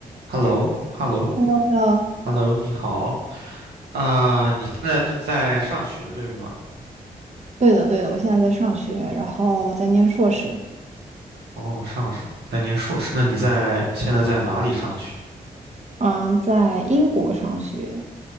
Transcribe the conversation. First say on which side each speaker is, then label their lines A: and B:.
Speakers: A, on the right; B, on the right.
A: h e l l o h e l l o
B: 呃，
A: h e l l o 你好啊你现在都在上学对吗？
B: 对的，对的，我现在在上学，然后在念硕士，
A: 哦，上是在念硕士，那你在现在在哪里上学？
B: 嗯，在英国上学，